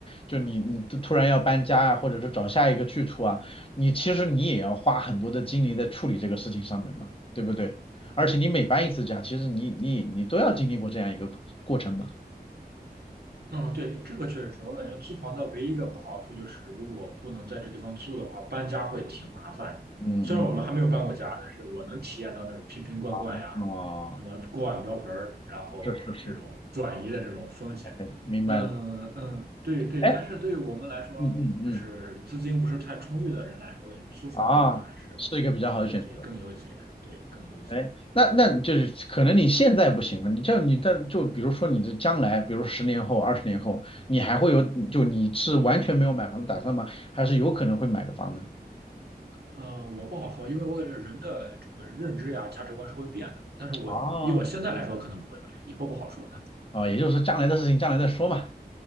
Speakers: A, on the left; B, on the right.
A: 就你你突突然要搬家啊，或者是找下一个去处啊，你其实你也要花很多的精力在处理这个事情上面嘛，对不对？而且你每搬一次家，其实你你你都要经历过这样一个过程嘛。
B: 嗯，对，这个确实是我感觉租房的唯一一个不好处就是，如果不能在这地方租的话，搬家会挺麻烦的虽然我们还没有搬过家，
A: 嗯
B: 但是我能体验到那种瓶瓶罐罐呀，
A: 嗯，哦，
B: 什么锅碗瓢盆儿，然后这种转移的这种风险。
A: 是是是，OK，明白了。
B: 嗯嗯，对对，
A: 哎，
B: 但是对于我们来说，
A: 嗯嗯嗯，
B: 就是资金不是太充裕的人来说，我感觉租房可能还是
A: 啊，是一个比较好的选择。
B: 对对更优解，对更优解。
A: 哎，那那就是可能你现在不行了，你像你但就比如说你这将来，比如十年后、二十年后，你还会有就你是完全没有买房的打算吗？还是有可能会买个房子？
B: 呃，我不好说，因为我感觉人的这个认知呀、价值观是会变的。但是我以我现在来说，
A: 哦，
B: 可能不会买，以后不好说了。
A: 哦，也就是说将来的事情将来再说嘛。